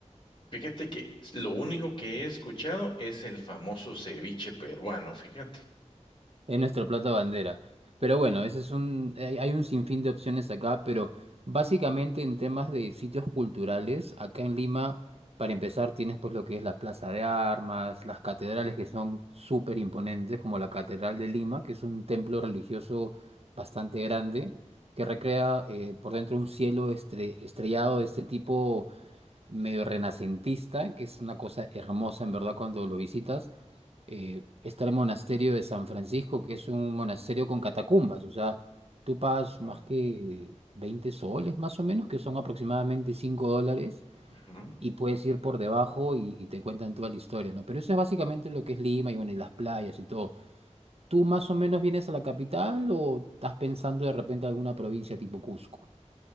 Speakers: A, on the left; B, on the right.
A: Fíjate que lo único que he escuchado es el famoso ceviche peruano, fíjate.
B: Es nuestro plato bandera. Pero bueno, ese es un, hay hay un sinfín de opciones acá, pero básicamente en temas de sitios culturales, acá en Lima, para empezar, tienes pues lo que es la Plaza de Armas, las catedrales que son súper imponentes, como la Catedral de Lima, que es un templo religioso bastante grande, que recrea eh, por dentro un cielo estre- estrellado de este tipo medio renacentista, que es una cosa hermosa en verdad cuando lo visitas eh, está el monasterio de San Francisco, que es un monasterio con catacumbas, o sea, tú pagas
A: No.
B: más que 20 soles más o menos, que son aproximadamente 5 dólares,
A: Ujú.
B: y puedes ir por debajo y, y te cuentan toda la historia, ¿no? Pero eso es básicamente lo que es Lima y bueno, y las playas y todo. ¿Tú más o menos vienes a la capital o estás pensando de repente alguna provincia tipo Cusco?